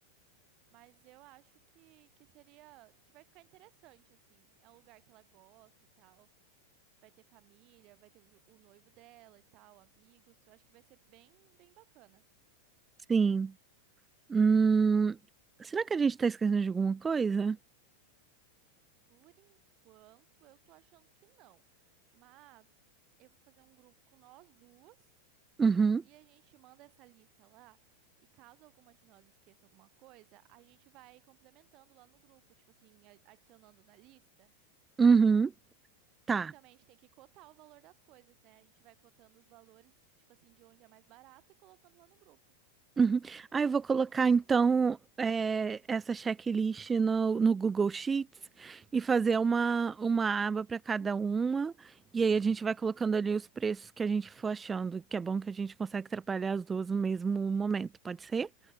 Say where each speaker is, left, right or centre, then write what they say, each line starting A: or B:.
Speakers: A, on the right; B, on the right.
A: Mas eu acho que, que seria. Que vai ficar interessante, assim. É um lugar que ela gosta e tal. Vai ter família, vai ter o o noivo dela e tal, amigos. Eu acho que vai ser bem, bem bacana.
B: sim. Hum, será que a gente tá esquecendo de alguma coisa?
A: Por enquanto, eu tô achando que não. Mas eu vou fazer um grupo com nós duas.
B: Uhum,
A: E a gente manda essa lista lá. E caso alguma de nós esqueça alguma coisa, a gente vai complementando lá no grupo. Tipo assim, a- adicionando na lista.
B: uhum, tá.
A: E também a gente tem que cotar o valor das coisas, né? A gente vai cotando os valores, tipo assim, de onde é mais barato e colocando lá no grupo.
B: Uhum. Ah, eu vou colocar então é, essa checklist no, no Google Sheets e fazer uma, uma aba para cada uma. E aí a gente vai colocando ali os preços que a gente for achando, que é bom que a gente consegue trabalhar as duas no mesmo momento, pode ser?